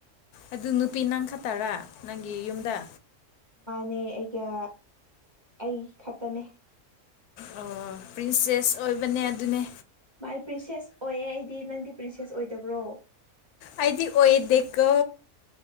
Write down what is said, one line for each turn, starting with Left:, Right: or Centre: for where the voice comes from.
Left: ꯑꯗꯨ ꯅꯨꯄꯤ ꯅꯪ ꯈꯠꯇꯔꯥ ꯅꯪꯒꯤ ꯌꯨꯝꯗ
Right: ꯅꯦ ꯑꯩꯒ ꯑꯩ ꯈꯛꯇꯅꯦ
Left: ꯑꯣ ꯄ꯭ꯔꯤꯟꯁꯦꯁ ꯑꯣꯏꯕꯅꯦ ꯑꯗꯨꯅꯦ
Right: ꯃꯥꯅꯦ ꯄ꯭ꯔꯤꯟꯁꯦꯁ ꯑꯣꯏꯌꯦ ꯑꯩꯗꯤ ꯅꯪꯗꯤ ꯄ꯭ꯔꯤꯟꯁꯦꯁ ꯑꯣꯏꯗꯕ꯭ꯔꯣ
Left: ꯑꯩꯗꯤ ꯑꯣꯏꯗꯤꯀꯣ